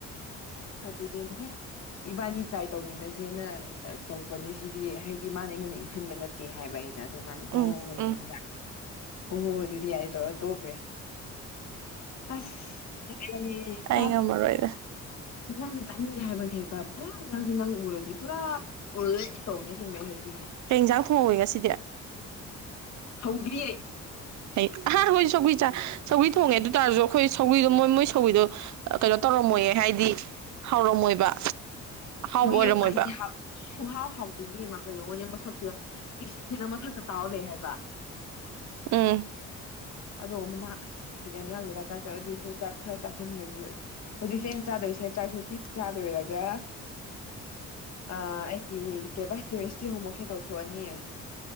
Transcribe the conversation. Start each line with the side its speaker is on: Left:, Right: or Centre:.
Left: ꯑꯗꯨꯒꯦꯅꯤ ꯍꯦ ꯏꯕꯥꯅꯤ ꯇ꯭ꯔꯥꯏ ꯇꯧꯃꯤꯟꯅꯁꯦꯅ ꯇꯧꯕꯅꯤ ꯁꯤꯗꯤ ꯍꯥꯏꯗꯤ ꯃꯥꯅ ꯑꯩꯉꯣꯟꯗ ꯏꯟꯁꯤꯟꯕ ꯅꯠꯇꯦ ꯍꯥꯏꯕ ꯑꯩꯅ ꯑꯗꯨ ꯃꯥꯅ ꯍꯣꯏ
Right: ꯎꯝ
Left: ꯍꯣꯏ ꯍꯣꯏ
Right: ꯎꯝ
Left: ꯑꯗꯨꯗꯤ ꯌꯥꯔꯦ ꯍꯣꯏ ꯍꯣꯏ ꯍꯣꯏ ꯑꯗꯨꯗꯤ ꯌꯥꯔꯦ ꯇꯧꯔ ꯇꯣꯛꯈ꯭ꯔꯦ ꯑꯁ
Right: ꯑꯩ
Left: ꯆ
Right: ꯉꯝꯃꯔꯣꯏꯗ
Left: ꯌꯦꯟꯖꯥꯡꯁꯤꯦ ꯇꯥꯅꯤꯡꯗꯦ ꯍꯥꯏꯕꯅꯤꯀ ꯄꯨꯔꯥ ꯌꯦꯟꯖꯥꯡꯁꯤꯦ ꯅꯪ ꯎꯔꯗꯤ ꯄꯨꯔꯥ ꯎ ꯇꯧꯅꯦ ꯁꯤꯡꯃꯩ ꯍꯥꯏꯕꯤꯒꯦ
Right: ꯍꯩ ꯌꯦꯟꯖꯥꯡ ꯊꯣꯡꯛꯑꯦꯒ ꯁꯤꯗꯤ
Left: ꯍꯧꯗ꯭ꯔꯤꯌꯦ
Right: ꯍ ꯑꯍꯥꯟꯈꯣꯏ ꯁꯧꯒꯔ꯭ꯤ ꯆ ꯁꯧꯒꯔꯤ ꯊꯣꯡꯉꯦ ꯑꯗꯨ ꯇꯥꯔꯁꯨ ꯑꯩꯈꯣꯏ ꯁꯧꯒꯔꯤꯗꯣ ꯃꯣꯏ ꯃꯣꯏ ꯁꯧꯒꯔꯤꯗꯣ ꯀꯩꯅꯣ ꯇꯧꯔꯝꯃꯣꯏꯌꯦ ꯍꯥꯏꯗꯤ ꯍꯥꯎꯔꯝꯃꯣꯏꯕ ꯑꯍꯥꯎꯕ
Left: ꯍꯣꯏꯌꯦ
Right: ꯑꯣꯏꯔꯝꯃꯣꯏꯕ
Left: ꯀꯩ ꯍꯥꯞ ꯁꯨꯡꯍꯥꯎ ꯍꯥꯎꯇꯦ ꯎꯕꯦꯝꯃ ꯀꯩ ꯌꯦꯉꯣꯅꯦ ꯃꯁꯛꯁꯨ ꯏꯁꯤꯡꯁꯤꯅ ꯃꯊꯛꯇ ꯇꯥꯎꯔ ꯂꯩꯑꯦ ꯍꯥꯏꯕ
Right: ꯎꯝ
Left: ꯑꯗꯣ ꯃꯅꯥ ꯑꯁ ꯕꯤꯠ ꯌꯥꯝ ꯌꯥꯎꯗꯦꯗ ꯆꯥꯛ ꯆꯥꯔꯦ ꯑꯗꯨꯁꯨ ꯆꯥꯛ ꯈꯔ ꯆꯥꯁꯤꯟꯒꯅꯤ ꯍꯧꯖꯤꯛꯁꯦ ꯑꯩꯅ ꯆꯥꯗꯣꯏꯁꯦ ꯆꯥꯛꯁꯦ ꯊꯦꯛ ꯆꯥꯗꯣꯏꯔꯒ ꯑꯥ ꯑꯩ ꯒꯤ ꯀꯩꯕ ꯀꯦꯃꯤꯁꯇ꯭ꯔꯤ ꯍꯣꯝꯋꯔꯛꯁꯦ ꯇꯧꯊꯣꯛꯑꯅꯤ